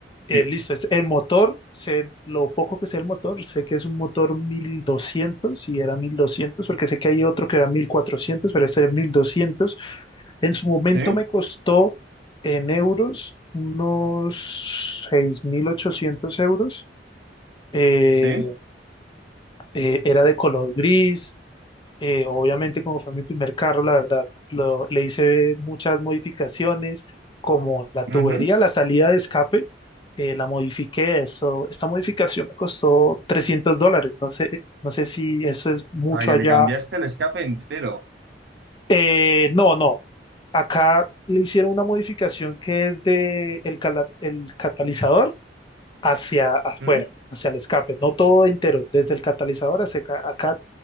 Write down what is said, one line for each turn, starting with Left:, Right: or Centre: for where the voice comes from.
Left: eh,
Right: Sí,
Left: listo, es el motor, sé lo poco que sé el motor, sé que es un motor mil doscientos. y era 1200, porque sé que hay otro que era 1400, pero este era 1200. En su momento
Right: sí,
Left: me costó en euros unos 6.800 euros. Eh,
Right: sí.
Left: eh, era de color gris, eh, obviamente, como fue mi primer carro, la verdad, lo- le hice muchas modificaciones, como la tubería,
Right: ujú.
Left: la salida de escape, eh, la modifiqué. Eso, esta modificación me costó 300 dólares. No sé, no sé si eso es mucho
Right: O sea, que
Left: allá.
Right: le cambiaste el escape entero.
Left: Eh, no, no. Acá le hicieron una modificación que es de el, cala- el catalizador hacia afuera,
Right: Mm,
Left: hacia el escape, no todo entero, desde el catalizador hacia acá. Acá,